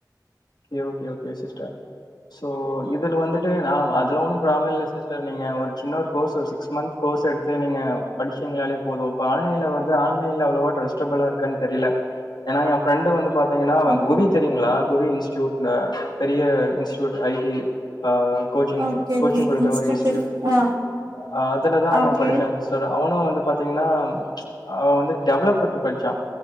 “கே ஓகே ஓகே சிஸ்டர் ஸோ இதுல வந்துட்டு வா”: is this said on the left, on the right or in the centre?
Left